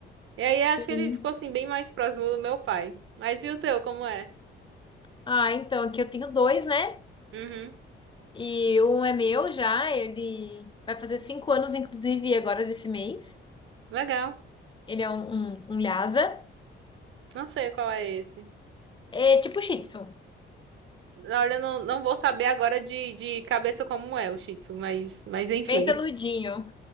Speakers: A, on the right; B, on the left.
A: E aí acho
B: Sim.
A: que ele ficou assim, bem mais próximo do meu pai. Mas e o teu, como é?
B: Ah, então, aqui eu tenho dois, né?
A: Uhum.
B: E um é meu já, ele vai fazer cinco anos, inclusive, agora desse mês.
A: Legal.
B: Ele é um, um, um Lhasa.
A: Não sei qual é esse.
B: É tipo Shih Tzu.
A: Olha, eu não, não vou saber agora de, de cabeça como é o Shih Tzu, mas, mas enfim.
B: Bem peludinho.
A: <laughs>